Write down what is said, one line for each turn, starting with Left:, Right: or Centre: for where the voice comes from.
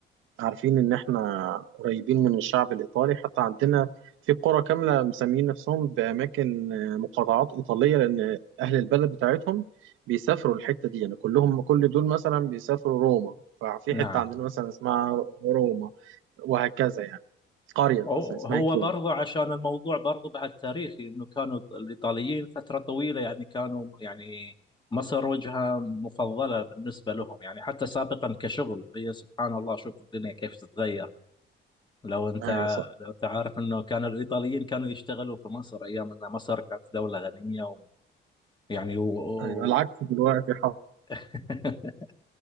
Right: آه، عارفين إن إحنا قريبين من الشعب الإيطالي حتى عندنا في قرى كاملة مسميين نفسهم بأماكن آه، مقاطعات إيطالية لأن أهل البلد بتاعتهم بيسافروا الحتة دي يعني كلهم كل دول مثلا بيسافروا روما ففي
Left: نعم
Right: حتة عندنا مثلا اسمها روما وهكذا يعني قرية
Left: هو
Right: مثلا اسمها
Left: هو
Right: كده
Left: برضو عشان الموضوع برضو بعد تاريخي انه كانوا الايطاليين فتره طويله يعني كانوا يعني مصر وجهه مفضله بالنسبه لهم يعني حتى سابقا كشغل هي سبحان الله شوف الدنيا كيف تتغير لو انت
Right: أيوة صح
Left: لو انت عارف انه كان الايطاليين كانوا يشتغلوا في مصر ايام ان مصر كانت دوله غنيه ويعني و... و...
Right: ايوه العكس دلوقتي ح-
Left: <laughs>